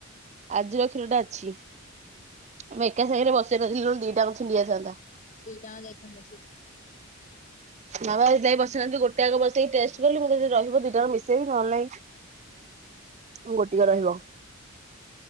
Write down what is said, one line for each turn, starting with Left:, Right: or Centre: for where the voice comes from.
Right: ଆଜିର କ୍ଷୀରଟା ଅଛି। ଆମେ ଏକା ସାଙ୍ଗରେ ବସି ନଥିଲୁ ଦିଟା ଆଙ୍କ ଛିଣ୍ଡି ଯାଇଥାନ୍ତା।
Left: ଦି ଟା ଯାଙ୍କ ଯାଇଥାନ୍ତା ଛିଡି।
Right: ନାବା ଯାଇ ବସେଇନାହାନ୍ତି ଗୋଟେ ଆଗ ବସେଇ ଟେଷ୍ଟ କଲି ମୁଁ କହିଲି ଯଦି ରହିବ ଦୁିଇଟା ଆକ୍ ମିଶେଇବି ନହଲେ ନାଇ ଗୋଟିକ ରହିବ।